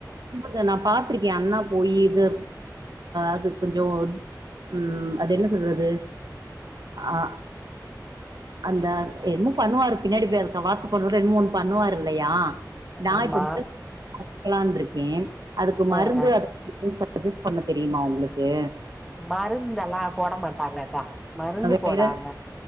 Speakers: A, on the right (about 70°); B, in the centre.
A: அத நா பாத்திருக்கே அண்ணா போயு இது அது கொஞ்சொ ம் அது என்ன சொல்றது அ அந்த என்னமோ பண்ணுவாரு பின்னாடி போய் அது வாரத்துக் ஒரு தடவ என்னமோ ஒன்னு பண்ணுவாரு இல்லையா நா
B: ஆமா
A: இப்ப வந்து வெக்கலான் இருக்கே அதுக்கு
B: ஆ
A: மருந்து
B: ஆ
A: அத சஜஸ் பண்ண தெரியுமா உங்களுக்கு
B: மருந்தெல்லா போட மாட்டாங்க அக்கா மருந்து
A: வேற
B: போடாம